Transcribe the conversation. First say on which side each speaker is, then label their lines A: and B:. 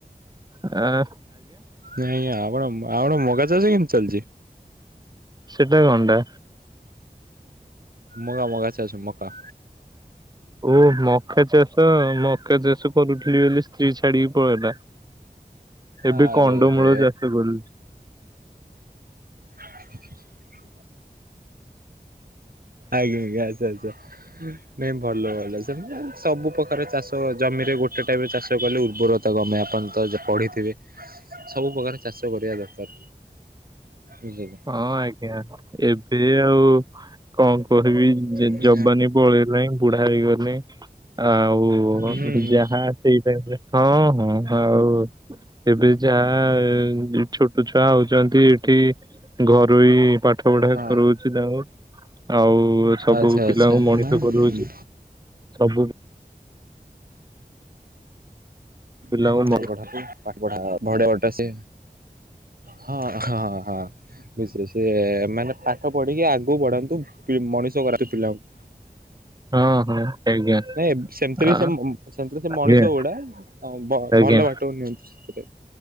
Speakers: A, on the right; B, on the right.
A: ଅ
B: ନାଇଁ ଆପଣ ମ ମଗା ଚାସ କେମିତି ଚାଲଛି?
A: ସେଟା କଣଟା?
B: ମଗା ମଗା ଚାଛ ମକା
A: ଓ ମକା ଚାଷ ମକା ଚାଷ କରୁଥିଲି ବୋଲି ସ୍ତ୍ରୀ ଛାଡିକି ପଳେଇଲା। ଏବେ
B: ଆରେ
A: କଣ୍ଡମୂଳ
B: ହେ
A: ଚାଷ କରୁଛି।
B: <inaudible> ଆଜ୍ଞା ଆଚ୍ଛା ଆଚ୍ଛା। ନାଇଁ ଭଲ ଭଲ ସେ ସବୁ ପ୍ରକାର ଚାଷ ଜମିରେ ଗୋଟେ ଟାଇପରେ ଚାଷ କଲେ ଉର୍ବର ରତା କମେ ଆପଣ ତ ପଢିଥିବେ ସବୁ ପ୍ରକାର ଚାଷ କରିବା ଦରକାର। ବୁଝିଲେ।
A: ହଁ ଆଜ୍ଞା ଏବେ ଆଉ କଣ? କହିବି
B: ହୁଁ
A: ଯବାନୀ ପଳେଇଲାହିଁ ବୁଢା ହେଇଗଲେଣି। ଆଉ
B: ହୁଁ।
A: ଯାହା ସେଇ ଟାଇମରେ ହଁ ହଁ ଆଉ। ଏବେ ଯାହା ଛୋଟ ଛୁଆ ହଉଛନ୍ତି ଏଠି ଘରୋଇ ପାଠ ପଢା
B: ହଁ
A: କରଉଛି ତାଙ୍କୁ। ଆଉ ସବୁ
B: ଆଚ୍ଛା
A: ପିଲାଙ୍କୁ
B: ଆଚ୍ଛା ନାଇଁ
A: ମଣିଷ କରଉଛି ସବୁ।
B: <unintelligible>
A: ପିଲାଙ୍କୁ ମ-
B: ଭଡ଼ିଆ ଭଟା ସେ ହଁ ହଁ ହଁ। ୟେସ ୟେସ ସେ ମାନେ ପାଠ ପଢିକି ଆଗକୁ ପଢାନ୍ତୁ ପି ମଣିଷ କରାନ୍ତୁ ପିଲାଙ୍କୁ
A: ହଁ ହଁ ଆଜ୍ଞା
B: ନାଇଁ ସେମତିରେ
A: ଆ,
B: ସେ ମ ସେମତି ରେ ସେ
A: ଆଜ୍ଞା
B: ମଣିଷ ଗୁଡା ହଁ
A: ଆଜ୍ଞା
B: ଭଲ ବାଟକୁ ନିଅନ୍ତି ସେଥିରେ